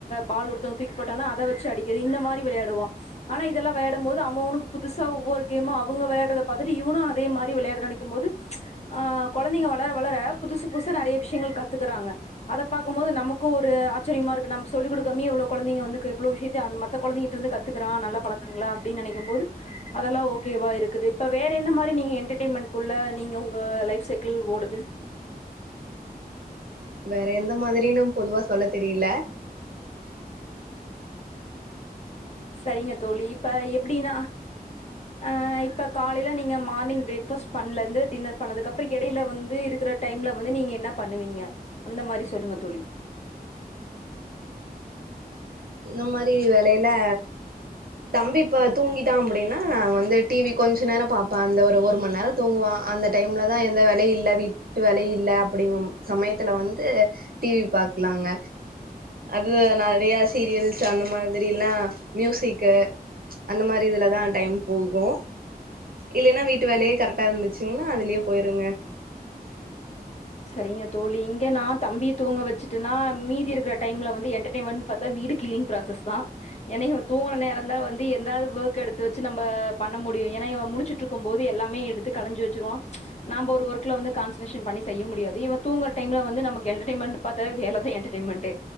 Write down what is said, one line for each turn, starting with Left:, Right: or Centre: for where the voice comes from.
Left: பால் ஒருத்தவுங்க தூக்கிபோட்டாங்கனா அத வச்சு அடிக்கது இந்த மாரி விளையாடுவா ஆனா இதல்லா வெளையாடம் போது அவனுக்கு புதுசா ஒவ்வொரு கேமு அவுங்க வெளையாட்றத பாத்துட்டு இவனு அதே மாரி விளையாட நெனைக்கும்போது ஆ கொழந்தைங்க வளர வளர புதுசு புதுசா நெறைய விஷயங்கள் கத்துக்குறாங்க அத பாக்கும் போது நமக்கு ஒரு ஆச்சரியமா இருக்கு நம் சொல்லிடுக்காமையே எவ்ளோ குழந்தைங்க வந்துக்கு எவ்ளோ வியத்தையு அந்த கொழந்தைகிட்ட இருந்து கத் கத்துக்குறா நல்ல பழக்கங்கள அப்டின்னு நெனைக்கும்போது அதெல்லா ஓகேவா இருக்குது இப்ப வேற என்ன மாரி நீங்க என்டர்டெயன்மெண்ட் குள்ள நீங்க உங்க லைஃப் சைக்கிள் ஓடுது
Right: வேற எந்த மாதிரின்னு பொதுவா சொல்ல தெரியல
Left: சரிங்க தோழி இப்ப எப்டீனா ஆ இப்ப காலையில நீங்க மார்னிங் ப்ரேக் ஃபாஸ்ட் பண்ணலந்து டின்னர் பண்ணதுக்கு அப்றோ எடையில வந்து இருக்குற டைம்ல வந்து நீங்க என்ன பண்ணுவீங்க அந்த மாரி சொல்லுங்க தோழி
Right: இந்த மாரி வேலையிலா தம்பி இப்ப தூங்கிட்டா அப்டின்னா நா வந்து டிவி கொஞ்ச நேரோ பாப்பே அந்த ஒரு ஒரு மண் நேரோ தூங்குவா அந்த டைம்லதா எந்த வேலயு இல்ல விட்டு வேலயு இல்ல அப்டிங்கம் சமயத்துல வந்து டிவி பாக்கலாங்க அது நெறையா சீரியல்ஸ் அந்த மாதிரிலா மியூசிக்கு அந்த மாரி இதுலதா டைம் போகு இல்லேன்னா வீட்டு வேலயே கரெக்டா இருந்துச்சுங்னா அதுலயே போயிருங்க
Left: செரிங்க தோழி இங்க நா தம்பி தூங்க வச் வச்சுடன்னா மீதி இருக்குற டைம்ல வந்து என்டர்டைன்மெண்ட் பாத்தா வீடு கிளினிங் ஃப்ராசஸ் தா ஏன்னா இவே தூங்குற நேந்தா வந்து எத் எதாவது ஒர்க் எடுத்து வச்சு நம்ம பண்ண முடியு ஏன்னா இவ முளுச்சுட்டு இருக்கும் போது எல்லாமே எடுத்து களஞ்சு வச்சுருவா நாம ஒரு ஒர்க்ல வந்து கான்சன்ட்ரேசன் பண்ணி செய்ய முடியாது இவ தூங்குற டைம்ல வந்து நமக்கு என்டர்டைன்மெண்ட் பாத்த வேல தா என்டர்டைன்மெண்ட்டு